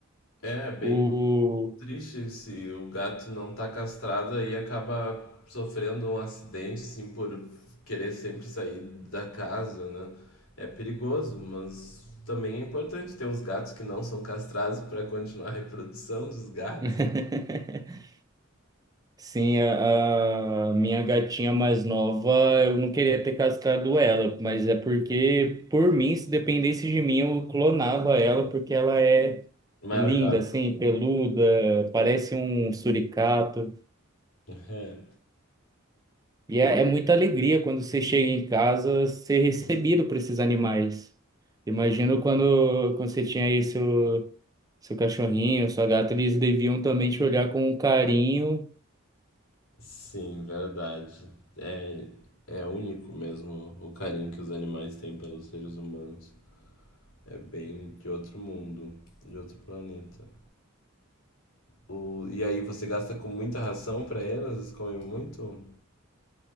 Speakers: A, on the left; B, on the right.
A: é bem
B: O...
A: Triste se o gato não tá castrado aí acaba sofrendo um acidente, assim, por querer sempre sair da casa, né? É perigoso, mas também é importante ter os gatos que não são castrados para continuar a reprodução dos gatos.
B: <laughs> Sim, a, a minha gatinha mais nova, eu não queria ter castrado ela, mas é porque, por mim, se dependesse de mim, eu clonava ela, porque ela é
A: Maravilhoso.
B: linda, assim, peluda, parece um suricato.
A: É,
B: E é, é muita alegria quando você chega em casa ser recebido por esses animais. Imagino quando, quando você tinha aí seu, seu cachorrinho, sua gata, eles deviam também te olhar com um carinho.
A: sim, verdade. É, é único mesmo o carinho que os animais têm pelos seres humanos. É bem de outro mundo, de outro planeta. O, e aí você gasta com muita ração para elas? Elas comem muito?